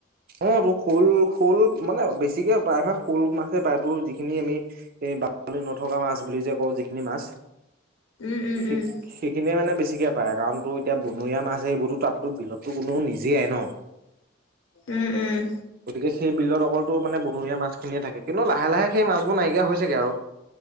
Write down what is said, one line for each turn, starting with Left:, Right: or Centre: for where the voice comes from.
Right: অ' তোৰ সৰু সৰু মানে বেছিকে প্ৰায়ভাগ সৰু মাছে পায়। তোৰ যিখিনি আমি এ আ নথকা মাছ বুলি যে কওঁ যিখিনি মাছ।
Left: উম উম
Right: সেইখিনিয়ে
Left: উম
Right: মানে বেছিকে পায় কাৰণ তোৰ এতিয়া বনৰীয়া মাছ এইবোৰতো তাততো বিলতো কোনো নিজিয়াই ন
Left: উম উম
Right: গতিকে সেই বিলত অকলতো মানে বনৰীয়া মাছ ধুনীয়া থাকে কিন্তু লাহে লাহে সেই মাছবোৰ নাইকিয়া হৈছেগে আৰু